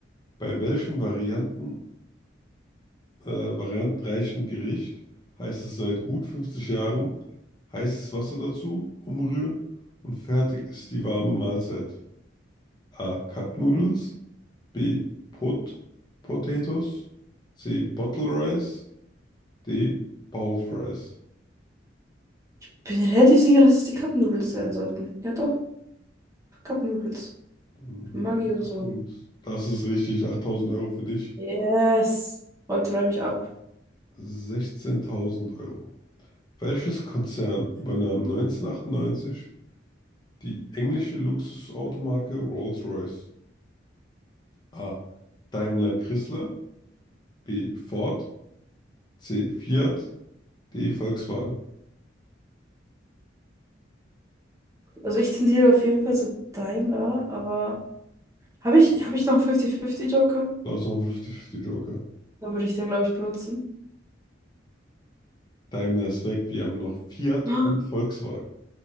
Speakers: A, on the left; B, on the right.
A: bei welchem Varianten, äh, variantenreichen Gericht heißt es seit gut 50 Jahren heißes Wasser dazu, umrühren und fertig ist die warme Mahlzeit. A. Cup Noodles. B. Pot Potatoes. C. Bottle Rice. D. Bowl Fries.
B: Ich bin relativ sicher, dass es die Cup Noodles sein sollten. Ja doch, Cup Noodles.
A: Dann nehmen
B: Maggi
A: wir
B: und
A: Cup
B: so.
A: Noodles. Das ist richtig. 8000 Euro für dich.
B: Yes. Heute räume ich ab.
A: 16.000 Euro. Welches Konzern übernahm 1998 die englische Luxusautomarke Rolls-Royce? A. Daimler Chrysler. B. Ford. C. Fiat. D. Volkswagen.
B: Also ich tendiere auf jeden Fall zu Daimler, aber habe ich, habe ich noch einen 50-50 Joker?
A: Da ist noch ein 50-50 Joker.
B: Dann würde ich den, glaube ich, benutzen.
A: Daimler ist weg. Wir haben noch Fiat
B: Oh
A: und Volkswagen.